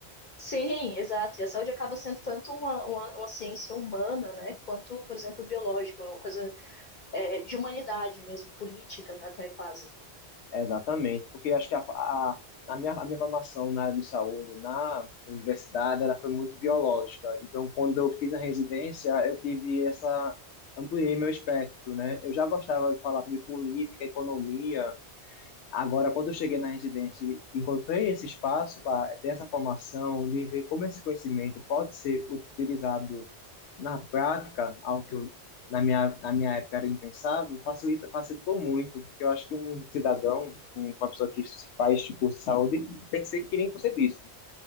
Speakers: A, on the left; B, on the left.
A: sim, exato, e a saúde acaba sendo tanto uma, uma, uma ciência humana, né, quanto, por exemplo, biológica, uma coisa é, de humanidade mesmo, política né, até quase.
B: Exatamente, porque acho que a, a, a minha, a minha formação na área de saúde, na universidade, ela foi muito biológica. Então, quando eu fiz a residência, eu tive essa, ampliei meu espectro, né? Eu já gostava de falar sobre política, economia, Agora, quando eu cheguei na residência e encontrei esse espaço para ter essa formação, de ver como esse conhecimento pode ser utilizado na prática, algo que eu, na minha, na minha época era impensável, facilita, facilitou muito, porque eu acho que um cidadão, um- uma pessoa que se faz curso de saúde, tem que ser que nem você disse,